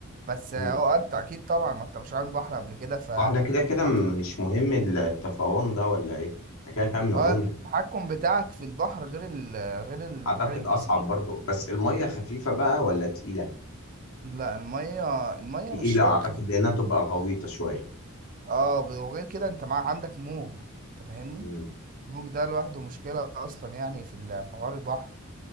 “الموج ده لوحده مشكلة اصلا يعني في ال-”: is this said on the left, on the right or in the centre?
Right